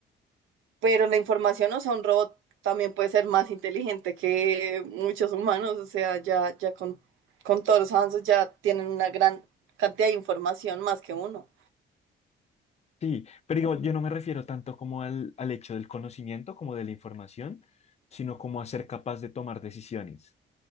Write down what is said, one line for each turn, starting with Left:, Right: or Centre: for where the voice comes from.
Right: Pero la información, o sea, un robot también puede ser más inteligente que muchos humanos, o sea, ya, ya con, con todos los avances ya tienen una gran cantidad de información más que uno.
Left: Sí, pero digamos, yo no me refiero tanto como al, al hecho del conocimiento, como de la información, sino como a ser capaz de tomar decisiones.